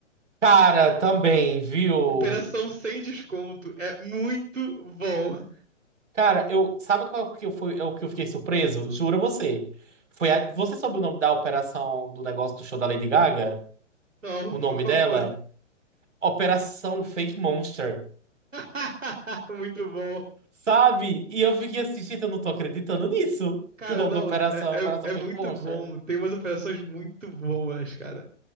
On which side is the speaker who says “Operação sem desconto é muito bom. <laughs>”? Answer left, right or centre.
Right